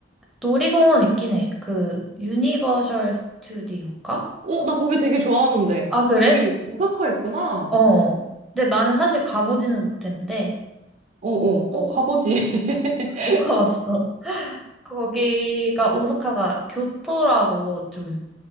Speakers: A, in the centre; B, on the right.
A: 놀이공원 있긴 해. 그, 유니버셜 스튜디오인가?
B: 어, 나 거기 되게 좋아하는데.
A: 아, 그래?
B: 어, 여기 오사카 있구나.
A: 어. 근데 나는 사실 가보지는
B: 음.
A: 못했는데,
B: 어, 어,
A: 어,
B: 어, 가보지. <laughs>
A: 못 가봤어. 거기가 오사카가 교토라고 좀